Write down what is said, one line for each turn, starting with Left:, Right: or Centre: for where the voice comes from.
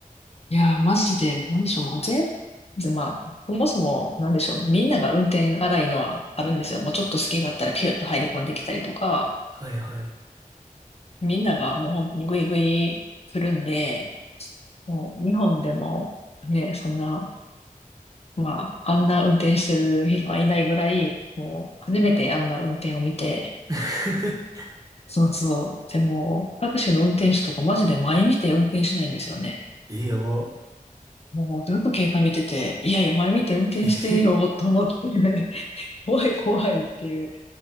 Left: いやー、マジで、なんでしょう、もう全、まあ、そもそも、なんでしょう、みんなが運転荒いのはあるんですよ。もうちょっと隙があったらピュッと入り込んできたりとか、
Right: はいはい。
Left: みんながもう本当にグイグイ来るんで、もう日本でもね、そんな、まあ、あんな運転してる人はいないぐらい、もう初めてあんな運転を見て、
Right: <laughs>
Left: そうそう。でも、タクシーの運転手とかマジで前見て運転しないんですよね。
Right: え、やば。
Left: もうずっと携帯見てて、いやいや、前見て運転してよと思って、
Right: <laughs> え、
Left: <laughs> 怖い怖いっていう。